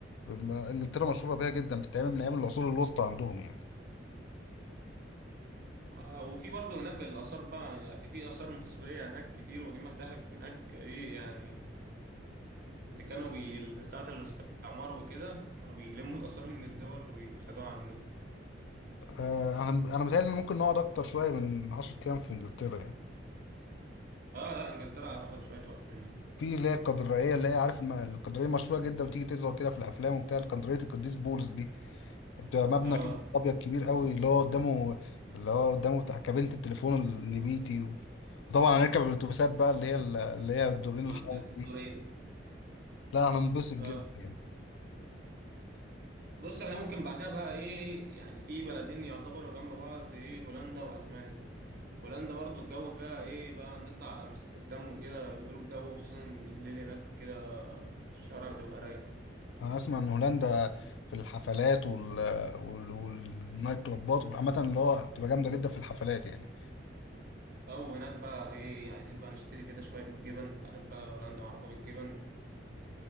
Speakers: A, on the left; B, on the right.
A: بم- انجلترا مشهوره بيها جدا بتتعمل من ايام العصور الوسطى عندهم يعني
B: آه، وفي برضه هناك الآثار بقى يعني في آثار مصرية هناك كتير وفي متاحف هناك إيه يعني اللي كانوا بي ساعة الاستعمار وكده كانوا بيلموا الآثار من الدول ويخدوها عندهم
A: آه انا انا متهيألي ان ممكن نقعد اكتر شويه من 10 ايام في انجلترا يعني
B: آه آه إنجلترا هتاخد شوية وقت منهم
A: في اللي هي القدرية اللي هي عارف الم- القدرية مشهورة جدا بتيجي تظهر كده في الأفلام وبتاع القدرية القديس بولس دي بتبقى مبنى
B: آه
A: كده ابيض كبير قوي اللي هو قدامه اللي هو قدامه بتاع كابينة التليفون النبيتي و... وطبعا هنركب الاتوبيسات بقى اللي هي اللي هي الدورين
B: عند
A: الحمراء
B: الدكتورين
A: دي لا هننبسط
B: آه
A: جدا يعني
B: بص احنا ممكن بعدها بقى ايه يعني في بلدين يعتبروا جنب بعض ايه هولندا والمانيا هولندا برضو الجو فيها ايه بقى نطلع على امستردام وكده بيقولوا الجو خصوصا بالليل هناك كده الشوارع بتبقى رايقة
A: انا اسمع ان هولندا في الحفلات وال... وال... والنايت كلوبات وعامة اللي هو بتبقى جامدة جدا في الحفلات يعني
B: او هناك بقى ايه عايزين بقى نشتري كده شوية جبن انت عارف بقى هولندا معروفة بالجبن